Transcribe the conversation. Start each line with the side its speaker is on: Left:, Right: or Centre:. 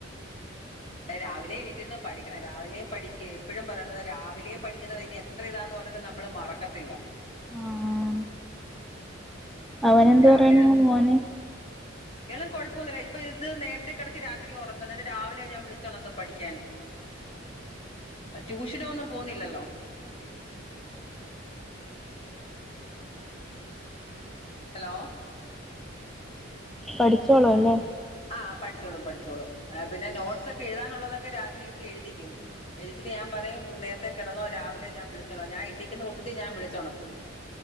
Left: രാവിലെ എനി ത്ത് ഇര്ന്ന് പഠിക്കണം രാവിലെ പഠിക്ക് എപ്പഴും പറയുന്നതാ രാവിലെ പഠിക്ക്ന്നത് ഇനി എത്ര ഇതാന്ന് പർൺട്ട് ഇണ്ട് നമ്മൾ മറക്കത്തില്ല
Centre: ആഹ് അവൻ എന്ത്
Left: രാവിലെ
Centre: പറയുന്നു മോന്?
Left: ഇപ്പോ കുഴപ്പമോനുമില്ല ഇപ്പോ ഇത് നേരുതെ കിടത്തി രാത്രി ഉറക്കും എന്നിട്ട് രാവിലെ ഞാൻ വിളിച്ച് ഉണർത്തും പഠിക്കാൻ ട്യൂഷൻ ഒന്നും പോന്നില്ലല്ലോ ഹലോ
Centre: പഠിചോള്ളും അല്ലെ
Left: ആഹ് പഠിച്ചോളും പഠിച്ചോളും പിന്നെ നോട്സൊക്കെ എഴുതാനൊള്ളതൊക്കെ രാത്രി ഇരുത്തി എഴുതിക്കും എഴുതിച്ചിട്ട് ഞാൻ പറയും നേരത്തെ കെടന്നോ രാവിലെ ഞാൻ വിളിച്ചോളാം ഞാൻ എണ്ണിക്കുന്ന കൂട്ടത്തിൽ ഞാൻ വിളിച്ചൊണത്തും.